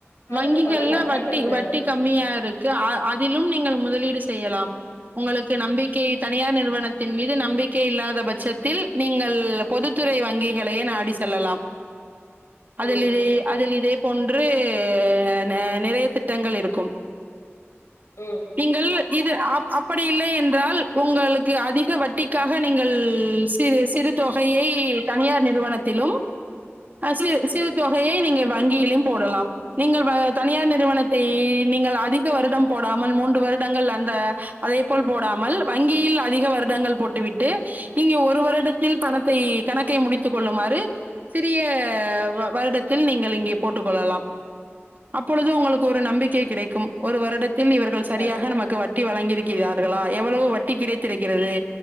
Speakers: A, on the left; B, on the right.
A: அதுல
B: வங்கிகள்ல
A: பண்ணலாமா
B: வட்டி
A: இல்ல இந்த
B: வட்டி கம்மியா இருக்கு அ அதிலும் நீங்கள் முதலீடு செய்யலாம் உங்களுக்கு நம்பிக்கை தனியார் நிறுவனத்தின் மீது நம்பிக்கை இல்லாத பட்சத்தில் நீங்கள் பொதுத்துறை வங்கிகளையே நாடி செல்லலாம்
A: <inaudible>
B: அதிலே
A: ம்
B: அதில் இதே போன்று ந நிறைய திட்டங்கள் இருக்கும்
A: உம்
B: நீங்கள் இது அப் அப்புடி இல்லை என்றால் உங்களுக்கு அதிக வட்டிக்காக நீங்கள் சிறு சிறு தொகையை தனியார் நிறுவனத்திலும்
A: <inaudible>
B: ஆ சிறு
A: ம்
B: சிறு
A: ம்
B: தொகையை நீங்க வங்கியிலும் போடலாம் நீங்கள் வ தனியார் நிறுவனத்தை நீங்கள் அதிக வருடம் போடாமல் மூன்று வருடங்கள் அந்த அதே போல் போடாமல் வங்கியில் அதிக வருடங்கள் போட்டுவிட்டு இங்கே ஒரு வருடத் தில் பணத்தை கணக்கை முடித்து கொள்ளுமாறு சிறிய வ வருடத்தில் நீங்கள் இங்கே போட்டுக் கொள்ளலாம் அப்பொழுது உங்களுக்கு ஒரு நம்பிக்கை கிடைக்கும் ஒரு வருடத்தில் இவர்கள் சரியாக
A: க-
B: நமக்கு வட் டி வழங்கியிருக்கிறார்களா எவ்வளோ வட்டி கிடைத்திருக்கிறது